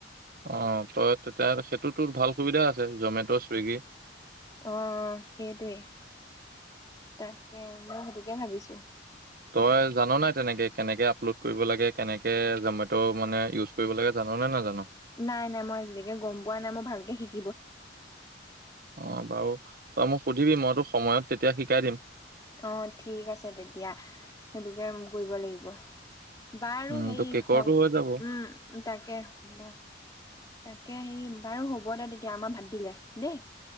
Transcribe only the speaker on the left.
অঁ সেইটোৱে। তাকে মই সেইটোকে ভাবিছোঁ।
নাই নাই মই আজিলৈকে গম পোৱা নাই মই ভালকে শিকো।
অ ঠিক আছে তেতিয়া সেইটোকে কৰিব লাগিব বাৰু
সেই
হ
উম তাকে হ'ব তাকে সেই বাৰু হ'ব দে তেতিয়া আমাৰ ভাত দিলে দেই।